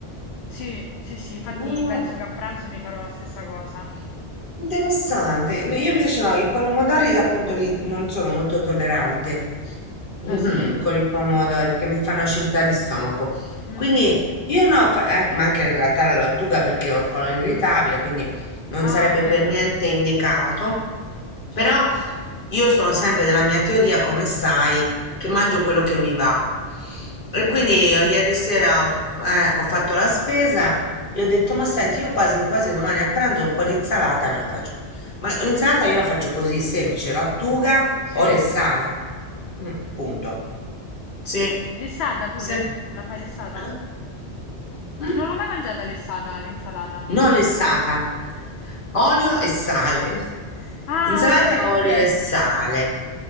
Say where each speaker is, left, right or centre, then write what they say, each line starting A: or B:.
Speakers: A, on the left; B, on the left.
A: Sì, sì, sì, infatti
B: Mm.
A: penso che a pranzo mi farò la stessa cosa.
B: Interessante. No, Io invece no, i pomodori appunto li- non sono molto tollerante mhm,
A: Ah, sì?
B: <laughs> con i pomodori perché mi fanno acidità di stomaco.
A: Mm.
B: Quindi io no, fa- an- ma anche in realtà la lattuga perché ho il colon irritabile, quindi non
A: Ah,
B: sarebbe
A: ecco,
B: per niente indicato.
A: certo,
B: Però io sono sempre della mia teoria, come sai, che mangio quello che mi va. E
A: è
B: quindi
A: vero,
B: eh,
A: è
B: ieri
A: vero.
B: sera ho, eh, ho fatto la spesa gli ho detto, ma senti, io quasi quasi domani a pranzo un po' di insalata me la faccio. Ma l'insalata io la faccio così, semplice, lattuga,
A: Sì.
B: olio e sale. Mm, punto. Sì.
A: Lessata pure?
B: Sem-
A: La fai lessata?
B: Eh? Mm?
A: Non l'ho mai mangiata lessata, l'insalata.
B: No, lessata. Olio e sale. <laughs>
A: Ah,
B: Insalata,
A: ok,
B: olio
A: ok.
B: e sale.